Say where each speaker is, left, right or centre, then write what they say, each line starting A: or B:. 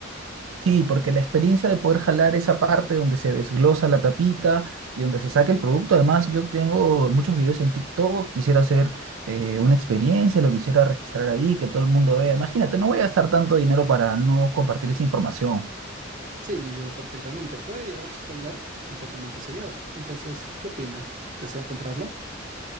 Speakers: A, on the right; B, on the right.
A: Sí, porque la experiencia de poder jalar esa parte donde se desglosa la tapita y donde se saca el producto. Además, yo tengo muchos videos en TikTok, quisiera hacer eh, una experiencia, lo quisiera registrar ahí, que todo el mundo vea. Imagínate, no voy a gastar tanto dinero para no compartir esa información.
B: Sí, le entiendo perfectamente, puede llevar su celular completamente sellado. Entonces, ¿qué opina? ¿Desea comprarlo?